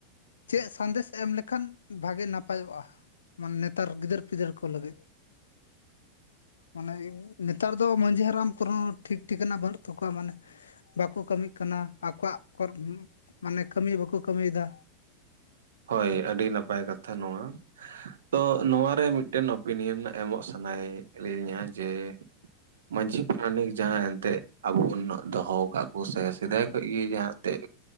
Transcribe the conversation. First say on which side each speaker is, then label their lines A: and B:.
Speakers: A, on the left (about 70°); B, on the right (about 60°).
A: ᱪᱮᱫ ᱥᱟᱸᱫᱮᱥ ᱮᱢ ᱞᱮᱠᱷᱟᱱ ᱵᱷᱟᱜᱮ ᱱᱟᱯᱟᱭᱚᱜᱼᱟ? ᱢᱟᱱᱮ ᱱᱮᱛᱟᱨ ᱜᱤᱫᱟᱹᱨ ᱯᱤᱫᱟᱹᱨ ᱠᱚ ᱞᱟᱹᱜᱤᱫ ᱢᱟᱱᱮ ᱱᱮᱛᱟᱨ ᱫᱚ ᱢᱟᱹᱡᱷᱤ ᱦᱟᱲᱟᱢ ᱠᱚᱨᱮ ᱦᱚᱸ ᱴᱷᱤᱠ ᱴᱷᱤᱠᱟᱹᱱᱟ ᱵᱟᱹᱱᱩᱜ ᱛᱟᱠᱚᱣᱟ ᱢᱟᱱᱮ ᱵᱟᱠᱚ ᱠᱟᱹᱢᱤᱜ ᱠᱟᱱᱟ ᱟᱠᱚᱣᱟᱜ ᱠᱚᱨᱮ ᱢᱟᱱᱮ ᱠᱟᱹᱢᱤ ᱵᱟᱠᱚ ᱠᱟᱹᱢᱤᱭᱫᱟ
B: ᱦᱳᱭ ᱟᱹᱰᱤ ᱱᱟᱯᱟᱭ ᱠᱟᱛᱷᱟ ᱱᱚᱣᱟ᱾ ᱛᱚ ᱱᱚᱣᱟᱨᱮ ᱢᱤᱫ ᱴᱮᱱ ᱳᱯᱮᱱᱤᱭᱚᱱ ᱮᱢᱚᱜ ᱥᱟᱱᱟᱭᱮᱫ ᱞᱤᱧᱟ ᱡᱮ ᱢᱟᱹᱡᱷᱤ ᱯᱟᱨᱟᱱᱤᱠ ᱡᱟᱦᱟᱸ ᱮᱱᱛᱜ ᱟᱵᱚ ᱵᱚᱱ ᱫᱚᱦᱚ ᱠᱟᱜ ᱠᱚ ᱥᱮ ᱥᱮᱫᱟᱭ ᱠᱷᱚᱡ ᱜᱮ ᱡᱟᱦᱟᱸ ᱛᱮᱡ